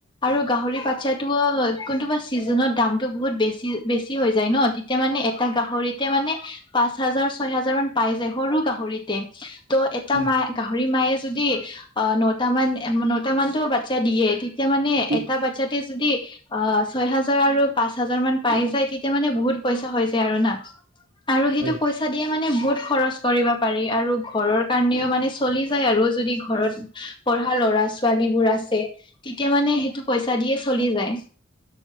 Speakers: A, on the left; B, on the right.
A: আৰু গাহৰি বাচ্ছাটো কোনটো বা ছিজনত দামটো বেছি বেছি হৈ যায় ন তেতিয়া মানে এটা গাহৰিতে মানে পাচ হাজাৰ ছয় হাজাৰ মান পাই যায় সৰু গাহৰিতে ত' এটা
B: উম,
A: মায় গাহৰি মায়ে যদি অ, নটা মান নটা মানটো বাচ্ছা দিয়ে তেতিয়া মানে
B: উম,
A: এটা বাচ্ছাতে যদি অ, ছয় হাজাৰ আৰু পাঁচ হাজাৰ মান পাই যায় তেতিয়া মানে বহুত পইচা হৈ যায় আৰু না। আৰু সেইটো
B: হয়
A: পইচা দিয়ে মানে বহুত খৰচ কৰিব পাৰি আৰু ঘৰৰ কাৰণেও মানে চলি যায় আৰু যদি ঘৰত পঢ়া ল'ৰা ছো ছোৱালী বোৰ আছে তেতিয়া মানে সেইটো পইচা দিয়ে চলি যায়।